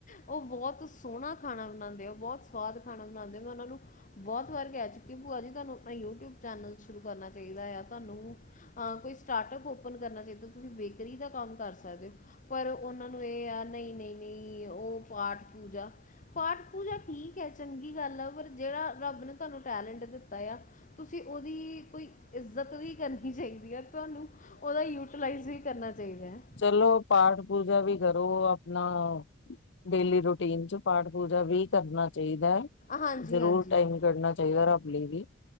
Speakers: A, on the left; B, on the left.
A: ਉਹ ਬਹੁਤ ਸੋਹਣਾ ਖਾਣਾ ਬਣਾਉਦੇ ਐ, ਉਹ ਬਹੁਤ ਸਵਾਦ ਖਾਣਾ ਬਣਾਉਦੇ ਮੈਂ ਉਨਾਨੂੰ- ਬਹੁਤ ਵਾਰ ਕਹਿ ਚੁੱਕੀ, ਭੂਆ ਜੀ ਤੁਹਾਨੂੰ ਆਪਣਾ ਯੂਟਿਊਬ ਚੈਨਲ ਸ਼ੁਰੂ ਕਰਨਾ ਚਾਹੀਦਾ ਆ ਤੁਹਾਨੂੰ- ਹਾਂ ਕੋਈ ਸਟਾਰਟਅਪ ਓਪਨ ਕਰਨਾ ਚਾਹੀਦਾ, ਤੁਸੀ ਬੇਕਰੀ ਦਾ ਕਮ ਕਰ ਸਕਦੇ ਹੋ ਪਰ ਉਹਨਾ- ਉਨ੍ਹਾਂਨੂੰ ਇਹ ਆ ਨਹੀ- ਨਹੀ- ਨਹੀ ਉਹ ਪਾਠ ਪੂਜਾ- ਪਾਠ ਪੂਜਾ ਠੀਕ ਹੈ ਚੰਗੀ ਗੱਲ ਆ, ਪਰ ਜਿਹੜਾ ਰੱਬ ਨੇ ਤੁਹਾਨੂੰ- ਟੈਲੈਂਟ ਦਿਤਾ ਆ ਤੁਸੀਂ ਉਹਦੀ ਕੋਈ ਇੱਜਤ ਵੀ ਕਰਨੀ ਚਾਹੀਦੀ ਆ- ਤੁਹਾਨੂੰ ਉਹਦਾ ਯੂਟੀਲਾਈਜ਼ ਵੀ ਕਰਨਾ ਚਾਹੀਦਾ ਹੈ।
B: ਚਲੋ ਪਾਠ ਪੂਜਾ ਵੀ ਕਰੋ ਆਪਣਾ- ਡੇਲੀ ਰੂਟੀਨ 'ਚ ਪਾਠ ਪੂਜਾ ਵੀ ਕਰਨਾ ਚਾਹੀਦਾ ਹੈ।
A: ਹਾਂਜੀ
B: ਜ਼ਰੂਰ
A: ਹਾਂਜੀ
B: ਟਾਈਮ ਕੱਢਣਾ ਚਾਹੀਦਾ ਰੱਬ ਲਈ ਵੀ